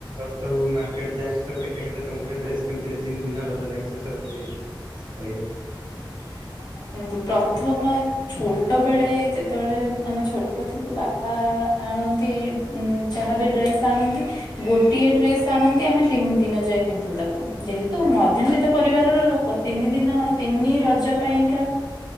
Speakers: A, on the right (about 70°); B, on the left (about 55°).
A: ସବୁ ମାର୍କେଟ ଯାଇକି ସବୁ କେତେ କେତେ ଟଙ୍କା ଡ୍ରେସ କିଣିଥିଲେ? ତିନି ଦିନ ରଜ ଲାଗି ସେ ସବୁ ଟିକେ କହିବେ
B: <unintelligible> ପ୍ରଥମେ ଛୋଟ ବେଳେ ଯେତେବେଳେ ଆମେ ଛୋଟ ଥିଲୁ ବାପା ଆଣନ୍ତି ଯାହାବି ଡ୍ରେସ୍ ଆଣନ୍ତି ଗୋଟିଏ ଡ୍ରେସ୍ ଆଣନ୍ତି ଆମେ ତିନି ଦିନ ଯାଇ ପିନ୍ଧୁ ତାକୁ ଯେହେତୁ ମ ମଧ୍ୟବିତ ପରିବାରର ଲୋକ ତିନି ଦିନ ତିନି ରଜ ପାଇଁକା